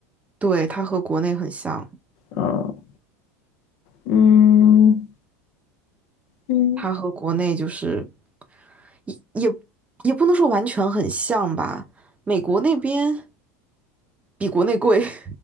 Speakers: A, on the right; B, on the left.
A: 对，它和国内很像，
B: 嗯嗯嗯，
A: 它和国内就是也也也不能说完全很像吧，美国那边比国内贵。<laughs>